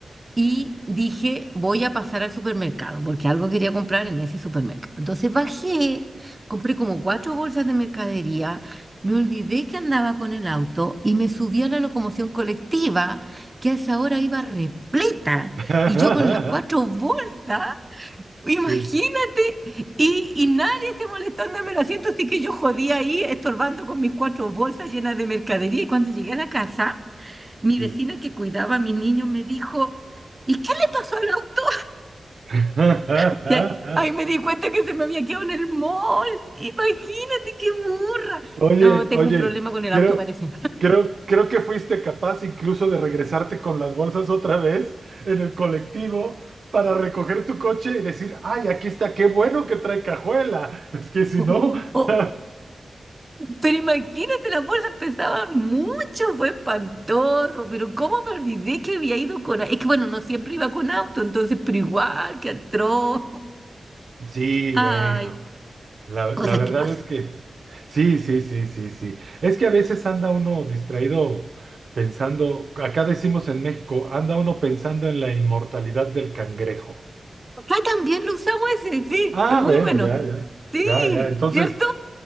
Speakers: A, on the right; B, on the right.
A: Y dije, voy a pasar al supermercado, porque algo quería comprar en ese supermercado. Entonces bajé, compré como cuatro bolsas de mercadería, me olvidé que andaba con el auto y me subí a la locomoción colectiva, que a esa hora iba repleta,
B: <laughs>
A: y yo con las cuatro bolsas, imagínate,
B: Sí,
A: y, y nadie se molestó en darme el asiento, así que yo jodía ahí estorbando con mis cuatro bolsas llenas de mercadería. Y cuando llegué a la casa mi
B: sí.
A: vecina que cuidaba a mi niño me dijo, ¿y qué le pasó al auto?
B: <laughs>
A: <laughs> Ya, Ahí ahí me di cuenta que se me había quedado en el mall. Imagínate qué burra.
B: Oye,
A: No, tengo
B: oye,
A: un problema con el
B: creo,
A: auto, parece.
B: creo, creo que fuiste capaz incluso de regresarte con las bolsas otra vez en el colectivo para recoger tu coche y decir, ay, aquí está, qué bueno que trae cajuela. Es que si
A: <laughs>
B: no. <laughs>
A: Pero imagínate, las bolsas pesaban mucho, fue espantoso. Pero cómo me olvidé que había ido con... au- Es que bueno, no siempre iba con auto, entonces, pero igual, qué atroz.
B: Sí,
A: Ay,
B: bueno. La,
A: cosas
B: la verdad
A: que pasan.
B: es que sí, sí, sí, sí, sí. Es que a veces anda uno distraído pensando, acá decimos en México, anda uno pensando en la inmortalidad del cangrejo.
A: Acá también lo usamos ese, sí,
B: Ah,
A: es muy
B: bueno,
A: bueno.
B: ya, ya,
A: Sí,
B: ya, ya. Entonces,
A: ¿cierto?